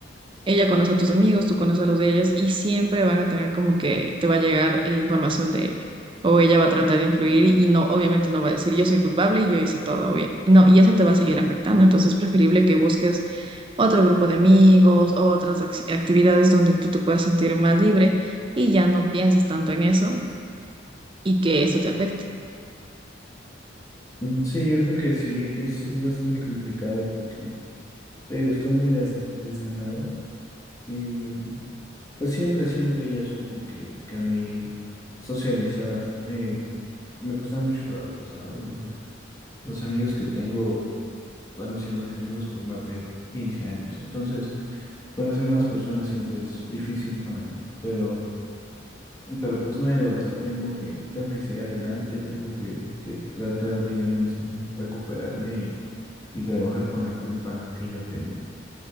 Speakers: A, on the right; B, on the left.
A: ella conoce a tus amigos, tú conoces a los de ellas y siempre van a tener como que te va a llegar eh, información de ella. O ella va a tratar de influir y no, obviamente no va a decir yo soy culpable y yo hice todo bien. No, y eso te va a seguir afectando. Entonces es preferible que busques otro grupo de amigos, otras acci- actividades donde tú te puedas sentir más libre y ya no piensas tanto en eso y que esto te afecte.
B: Mm, Sí, yo creo que sí, es, es bastante complicado porque te digo, estoy muy des- desganado y pues siempre, siempre ella supo que, que a mí socializar eh, me costaba mucho trabajo, ¿sabes? O sea, los amigos que tengo han sido mis amigos por más de 15 años. Entonces, conocer nuevas personas siempre es difícil para mí, pero, pero pues no hay de otra. Tengo que, tengo que seguir adelante, tengo que, que tratar de yo mismo recuperarme y, y trabajar con la culpa que yo tengo.